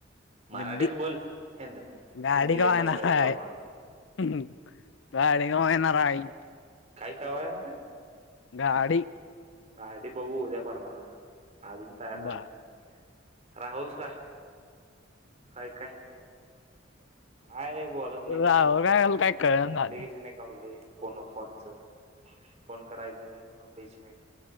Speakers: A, on the right; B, on the left.
A: मराठीत
B: ग्डी
A: बोल हेंद्रे
B: गाडी
A: हिंदी
B: कवा
A: येत
B: येणार
A: असल्यास
B: हाय
A: बोलायला
B: हाह गाडी कवा येणार हाय
A: काय कावं येणार रे ये?
B: गाडी
A: गाडी बघू उद्या परवा अजून तयार झाले
B: बर
A: ना राहुलच काय? हय काय - काय बोलत नाही कध
B: राहुल काय काय कळना
A: ऍप्लिकेशन
B: झाले
A: आहे काव फोन फोनच फोन करायचं पैसे मि